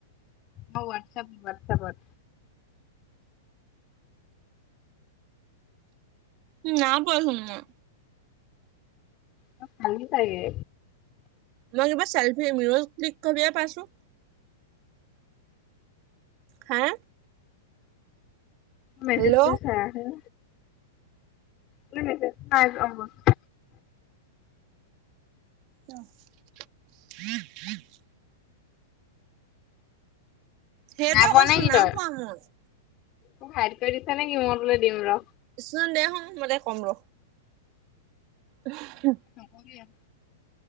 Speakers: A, on the left; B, on the right.
A: অঁ ওবাটচাপ ওবাটচাপত।
B: উমঁ নাই পোৱা চুন মই।
A: লগ পালি চাগে।
B: মই কিবা চেল্ফি ম ক্লিক কৰিবিয়ে পাইছোঁ। হা?
A: মেৰুৰ
B: হেল্ল'
A: চা হে মোলে মেচেজ নাই যোৱা হৱ।
B: ৰহ সেইটোয়ে
A: নাই পোৱা
B: কৈছোঁ
A: নে কি
B: না
A: তই
B: পোৱা মই।
A: মোক হাইট কৰি দিছে নেকি মোতোলৈ দিম ৰ।
B: চোন দে হোন মইতে ক'ম ৰ। ওহে।
A: নকবি আহ।